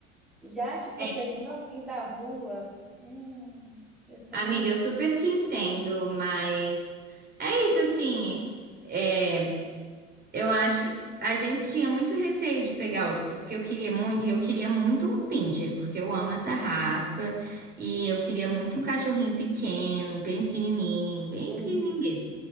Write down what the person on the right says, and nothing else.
É,
amiga, eu super te entendo, mas é isso assim. é, Eu acho. A gente tinha muito receio de pegar outro, porque eu queria muito, e eu queria muito um pincher, porque eu amo essa raça, e eu queria muito um cachorrinho pequeno, bem pequenininho, bem
pequenininho mesmo.